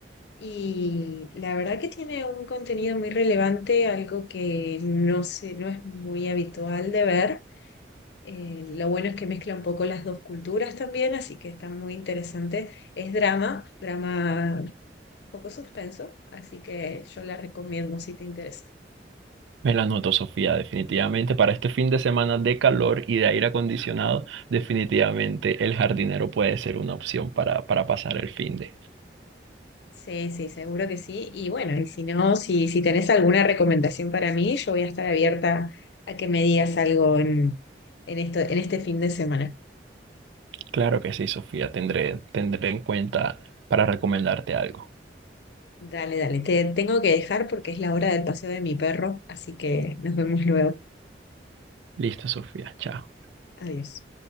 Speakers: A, on the left; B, on the right.
A: y la verdad que tiene un contenido muy relevante, algo que no sé, no es muy habitual de ver. Eh, lo bueno es que mezcla un poco las dos culturas también, así que está muy interesante. Es drama, drama poco suspenso, así que yo la recomiendo si te interesa.
B: Me la anoto, Sofía, definitivamente. Para este fin de semana de calor y de aire acondicionado, definitivamente el jardinero puede ser una opción para, para pasar el fin de.
A: Sí, sí, seguro que sí. Y bueno, y si no, si, si tenés alguna recomendación para mí, yo voy a estar abierta a que me digas algo en, en esto, en este fin de semana.
B: Claro que sí, Sofía, tendré, tendré en cuenta para recomendarte algo.
A: Dale, dale. Te tengo que dejar porque es la hora del paseo de mi perro, así que nos vemos luego.
B: Listo, Sofía, chao.
A: Adiós.